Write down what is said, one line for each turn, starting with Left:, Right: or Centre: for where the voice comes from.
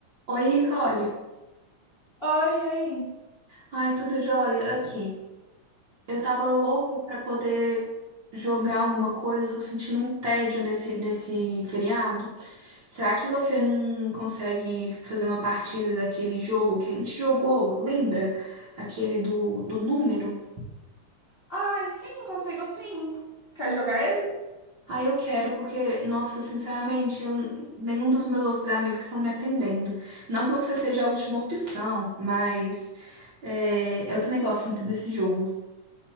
Right: Oi, Nicole.
Left: Oi, e aí?
Right: Ai, tudo jóia? Aqui. Eu tava louca pra poder jogar alguma coisa, eu tô sentindo um tédio nesse, nesse feriado. Será que você não consegue fazer uma partida daquele jogo que a gente jogou? Lembra? Aquele do, do número?
Left: Ai, sim, consigo sim. Quer jogar ele?
Right: Ah, eu quero, porque, nossa, sinceramente, eu- nenhum dos meus outros amigos estão me atendendo. Não que você seja a última opção, mas é, eu também gosto muito desse jogo.